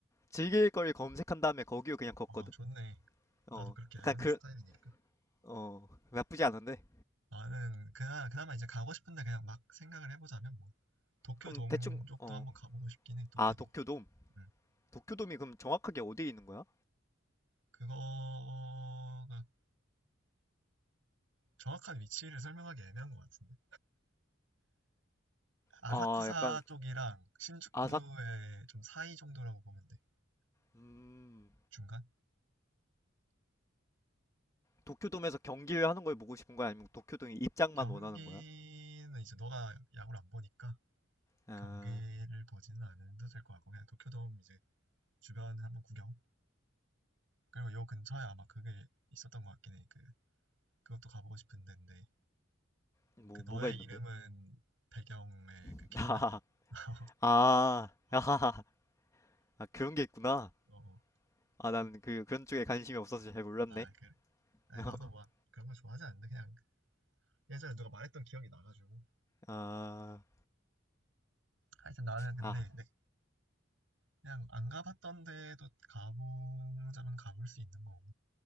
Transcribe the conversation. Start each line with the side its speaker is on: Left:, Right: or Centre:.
Left: 즐길 걸 검색한 다음에 거기로 그냥 걷거든.
Right: 어, 어 좋네 나도
Left: 어,
Right: 그렇게 여행하는
Left: 약간 그,
Right: 스타일이니까
Left: 어, 나쁘지 않은데.
Right: 나는 그나, 그나마 이제 가고 싶은데 그냥 막 생각을 해보자면 뭐 도쿄
Left: 그럼
Right: 동쪽도
Left: 대충, 어,
Right: 한번 가보고 싶긴 해 도쿄도
Left: 아, 도쿄돔.
Right: 음.
Left: 도쿄돔이 그럼 정확하게 어디에 있는 거야?
Right: 그거가 정확한 위치를 설명하기 애매한 것 같은데 아사쿠사
Left: 아, 약간
Right: 쪽이랑 신주쿠의
Left: 아삭,
Right: 좀 사이 정도라고 보면 돼
Left: 음,
Right: 중간
Left: 도쿄돔에서 경기를 하는 걸 보고 싶은 거야? 아니면 도쿄돔이 입장만
Right: 경기는
Left: 원하는 거야?
Right: 이제 너가 야구를 안 보니까
Left: 아,
Right: 경기를 보지는 않아도 될 것 같고 그냥 도쿄돔 이제 주변 한번 구경 그리고 요 근처에 아마 그게 있었던 것 같긴 해그 그것도 가보고 싶은 데인데
Left: 뭐,
Right: 그 너의
Left: 뭐가 있는데?
Right: 이름은 배경의
Left: <laughs>
Right: 그 계단? <laughs>
Left: 아,
Right: 어,
Left: 아, 아, 그런 게 있구나.
Right: 어.
Left: 아, 나는 그, 그런 쪽에 관심이 없어서 잘 몰랐네.
Right: 아, 그래. 아니,
Left: <laughs>
Right: 나도 막 그런 거 좋아하지 않는데, 그냥 예전에 누가 말했던 기억이 나가지고.
Left: 아,
Right: 하여튼 나는 근데,
Left: 아,
Right: 네, 그냥 안 가봤던 데도 가보자면 가볼 수 있는 거고.